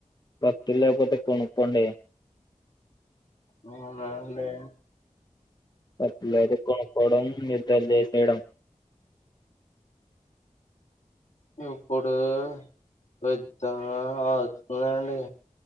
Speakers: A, on the left (about 35°); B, on the left (about 65°).
A: కథలు లేపోతే కొణకుండే
B: ఉమ్ నా లే
A: అట్లేది కొపోవడం ఇద్దరిని ఏసేయడం
B: ఇప్పుడు పెద్ద అతుందండి